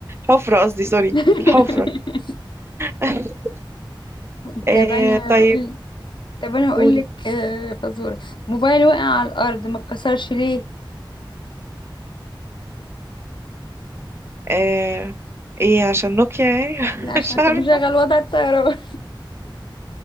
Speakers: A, on the right; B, on the left.
A: حفرة قصدي سوري
B: <laughs>
A: الحفرة <laughs>
B: طب
A: آه،
B: انا
A: طيب
B: هقول طب انا هقول
A: قولي
B: لك آه، فزورة موبايل وقع على الارض ما اتكسرش ليه
A: آه ايه عشان نوكيا يعني <laughs>
B: لا عشان
A: مش
B: كان
A: عارفة
B: مشغل وضع الطيران